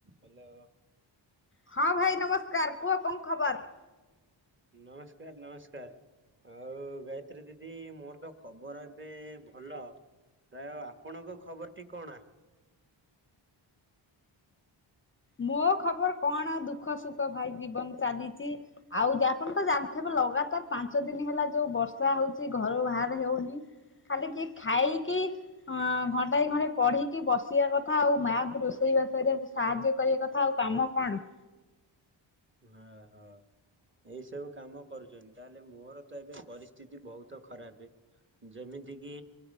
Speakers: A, on the right; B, on the left.
A: Hello.
B: ହଁ ଭାଇ ନମସ୍କାର କୁହ କଣ ଖବର?
A: ନମସ୍କାର ନମସ୍କାର। ଆଉ ଗାୟତ୍ରୀ ଦିଦି ମୋର ତ ଖବର ଏବେ ଭଲ ପ୍ରାୟ ଆପଣଙ୍କ ଖବରଟି କଣ?
B: ମୋ ଖବର କଣ ଦୁଃଖ ସୁଖ ଭାଇ ଜୀବନ ଚାଲିଛି ଆଉ ଆପଣ ତ ଜାଣିଥିବେ ଲଗାତାର ପାଞ୍ଚ ଦିନ ହେଲା ଯୋଉ ବର୍ଷା ହଉଛି ଘରୁ ବାହାର ହେଉନି। ଖାଲିିକି ଖାଇକି ଅ ଘଣ୍ଟା ଘଣ୍ଟେ ପଢିକି ବସିବା କଥା ଆଉ ମାଆଙ୍କୁୁ ରୋଷେଇ ବାଷରେ ସାହାଯ୍ୟ କରିବା କଥା ଆଉ କାମ କଣ?
A: ହଁ ହଁ। ଏଇ ସବୁ କାମ କରୁଛନ୍ତି ତାହେଲେ ମୋର ତ ଏବେ ପରିସ୍ଥିତି ବହୁତ ଖରାପ ଯେମିତି କିି